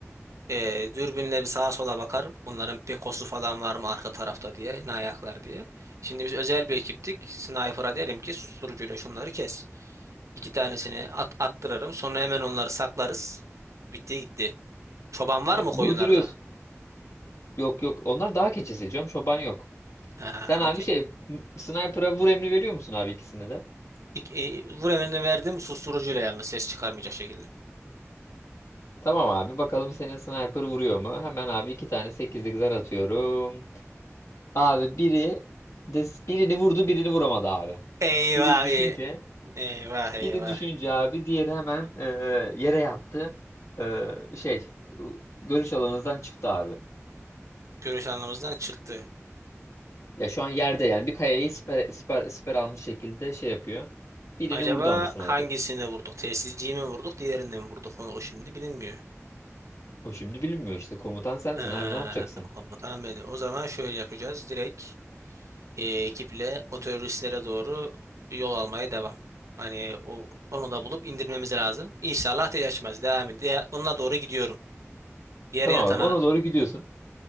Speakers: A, on the right (about 80°); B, on the left (about 70°).
A: Ee, dürbünle bir sağa sola bakarım. Bunların pekosu falan var mı arka tarafta diye. Ne ayaklar diye. Şimdi biz özel bir ekiptik. Sniper'a derim ki susturucuyla şunları kes. İki tanesini at attırırım. Sonra hemen onları saklarız. Bitti gitti. Çoban var
B: Ha,
A: mı koyunlarda?
B: vurduruyorsun. Yok yok onlar daha keçisi canım çoban yok.
A: Ha,
B: Sen abi
A: okey.
B: şey m- sniper'a vur emri veriyor musun abi ikisini de?
A: İk- e, vur emrini verdim susturucuyla yalnız ses çıkarmayacak şekilde.
B: Tamam abi bakalım senin sniper vuruyor mu? Hemen abi iki tane 8'lik zar atıyorum. Abi biri de birini vurdu birini vuramadı abi.
A: Eyvah
B: Biri düşünce
A: e- eyvah
B: Biri
A: eyvah.
B: düşünce abi, diğeri hemen e, yere yattı. E, şey, görüş alanınızdan çıktı abi.
A: Görüş anlamımızdan çıktı.
B: Ya şu an yerde yani bir kayayı siper, siper, siper almış şekilde şey yapıyor. Birini
A: Acaba
B: vurdu ama sniper.
A: hangisini vurduk? Telsizciyi mi vurduk? Diğerini mi vurduk? Onu o şimdi bilinmiyor.
B: O şimdi bilinmiyor işte. Komutan sensin
A: Ha,
B: abi ne yapacaksın?
A: onu tahmin edeyim. O zaman şöyle yapacağız. Direkt e, ekiple o teröristlere doğru yol almaya devam. Hani o, onu da bulup indirmemiz lazım. İnşallah ateş açmaz. Devam et. Diğer- Onunla doğru gidiyorum. Diğer
B: Tamam
A: yatana.
B: abi ona doğru gidiyorsun.